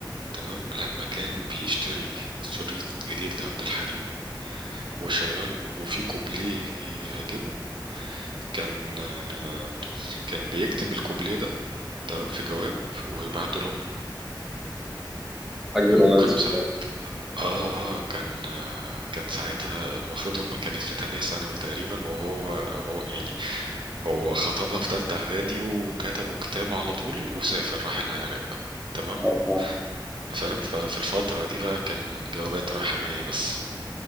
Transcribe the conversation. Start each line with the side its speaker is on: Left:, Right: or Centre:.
Right: تمام لما كان بيشتري شريط جديد لعبد الحليم وشغله وفي كوبليه يعجبه كان آه، كان بيكتب الكوبليه ده تمام في جواب ويبعته لأمي
Centre: حاج رومانسي
Right: وكانوا ساعات
Centre: شكله
Right: اه اه كان آه، كان ساعتها المفروض هم كانت في تانية ثانوي تقريبا وهو هو يعني هو خطبها في تالتة اعدادي وكتبوا كتاب على طول وسافر راح العراق تمام
Centre: اه فاهم
Right: فاهم ففي الفترة دي بقى كان جوابات رايحة جاية بس